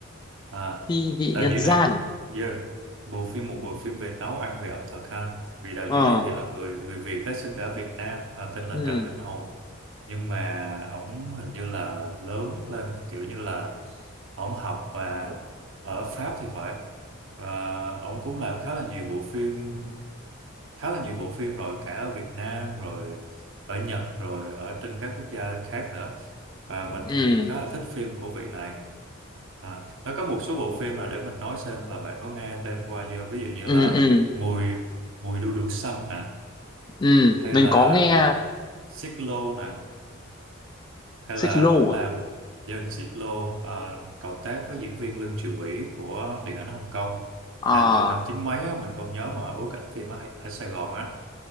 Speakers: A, on the right; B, on the left.
A: À,
B: thi vị
A: đạo
B: nhân
A: diễn
B: gian
A: này, yeah. Bộ phim một bộ phim về nấu ăn về ẩm thực ha. Vì đạo
B: ờ
A: diễn này thì là người người Việt đã sinh ra ở Việt Nam và tên là
B: ừ
A: Trần Anh Hùng. Nhưng mà ổng hình như là lớn lên kiểu như là ổng học và ở Pháp thì phải. Và ổng cũng làm khá là nhiều bộ phim khá là nhiều bộ phim rồi cả ở Việt Nam rồi ở Nhật rồi ở trên các quốc gia khác nữa và mình
B: ừ
A: thì khá là thích phim của vị này à, nó có một số bộ phim là để mình nói xem là bạn có nghe tên qua chưa ví dụ như
B: ừ
A: là
B: ừ
A: mùi mùi đu đủ xanh nè
B: ừ
A: hay
B: mình
A: là
B: có nghe
A: Xích Lô nè hay
B: xích
A: là
B: lô
A: ổng làm
B: à
A: David Xích Lô ờ, cộng tác với diễn viên Lương Triều Vĩ của điện ảnh Hồng Kông
B: Ờ,
A: làm từ năm chín mấy á, mình không nhớ mà bối cảnh phim ở, Hà- ở Sài Gòn á